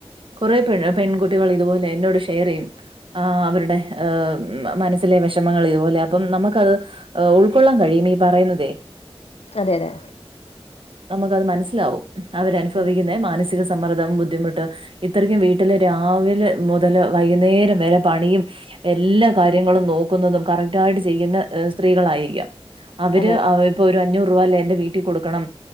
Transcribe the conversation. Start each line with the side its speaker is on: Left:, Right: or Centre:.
Right: കുറേപെൺ പെൺകുട്ടികൾ ഇതുപോലെ എന്നോട് ഷെയർ ചെയ്യും ആഹ് അവരുടെ ഏ മ് മനസ്സിലെ വിഷമങ്ങള് ഇതുപോലെ അപ്പം നമക്കത്. എ ഉൾക്കൊള്ളാൻ കഴിയും ഈ പറയുന്നതെ.
Left: അതെ അതെ.
Right: നമുക്കത് മനസ്സിലാവും അവരനുഭവിക്കുന്നെ
Left: അതെ
Right: മാനസി സമ്മറ്ദ്ദം ബുദ്ധിമുട്ട് ഇത്രക്കും വീട്ടില് രാവിലെ മുതല് വൈകുന്നേരം വരെ പണിയും. എല്ലാ കാര്യങ്ങളും നോക്കുന്നതും കറക്റ്റായിട്ട് ചെയ്യ്ന്ന സ്ത്രീകളായിരിക്കാം. അവര്
Left: അതെ
Right: അവ പ്പൊരു അഞ്ഞൂറൂവല്ലെ എന്റെ വീട്ടി കൊടുക്കണം